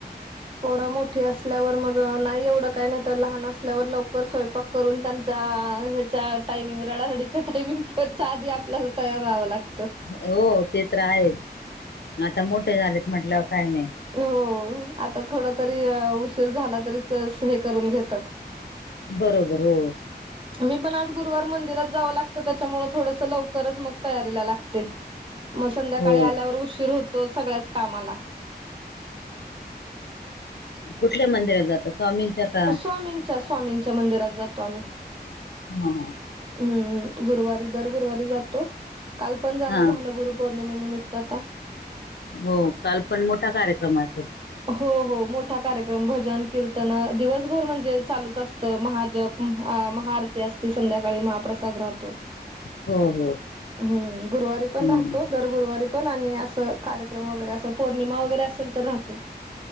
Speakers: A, on the right; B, on the left.
A: पोर मोठी असल्यावर मग नाही एवढं काही नाही तर लहान असल्यावर लवकर स्वयंपाक. करून त्यांच्या अ ह्याच्या टाइमिंग, रडारडीच्या टायमिंगच्या आधी आपल्याला तयार व्हावं लागतं.
B: हो हो ते तर आहेच, आता मोठे झालेत म्हटल्यावर काय काय.
A: हो ओ आता थोडा तरी उशीर झाला तरी ते असे हे करून घेतात.
B: बरोबर हो.
A: मी पण आज गुरुवार मंदिरात जावं लागत, त्याच्यामुळे थोडंसं लवकरच मग तयारीला लागते. म संध्याकाळी
B: हो
A: आल्यावर उशीर होतो, सगळ्याच कामाला.
B: कुठल्या मंदिरात जातात? स्वामींच्या का
A: स्वामींच्या, स्वामींच्या मंदिरात जातो आम्ही.
B: हा.
A: हम्म गुरुवारी. दर गुरुवारी जातो काल पण जाणं
B: हा
A: झालं गुरु पौर्णिमे निमित्त आता
B: हो, काल पण मोठा कार्यक्रम असेल.
A: हो हो मोठा कार्यक्रम. भजन, कीर्तन दिवसभर म्हणजे चालूच असतं, महाजप महाआरती असती संध्याकाळी महाप्रसाद राहतो.
B: हो हो
A: हम्म, गुरुवारी
B: हम्म
A: पण राहतो, दर गुरुवारी पण आणि असं कार्यक्रम वगैरे अस पौर्णिमा वगैरे असेल तर राहतो.